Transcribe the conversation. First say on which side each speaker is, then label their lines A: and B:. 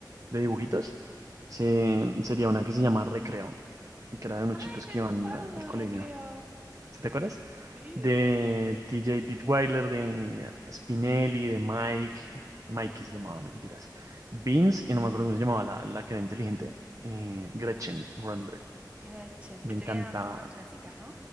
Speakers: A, on the right; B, on the right.
A: de dibujitos, se- sería una que se llama Recreo, que era de unos
B: Ay,
A: chicos
B: me
A: que
B: acuerdo,
A: iban al, al colegio.
B: recreo.
A: ¿Sí te acuerdas?
B: Sí,
A: De
B: re.
A: TJ Dittweiler, de Spinelli, de Mike. Mike
B: Ujú.
A: que se llamaba, mentiras. Beans, y no me acuerdo cómo se llamaba la, la que era inteligente. eh, Gretchen Grandler.
B: Gretchen,
A: Me
B: que
A: encanta
B: tenía como unas trencitas, ¿no?